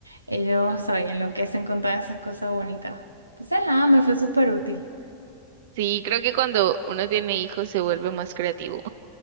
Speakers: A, on the right (about 90°); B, on the right (about 55°).
A: ellos saben, lo que hacen con todas esas cosas bonitas. Entonces, nada, me fue súper útil.
B: Sí, creo que cuando uno tiene hijos se vuelve más creativo.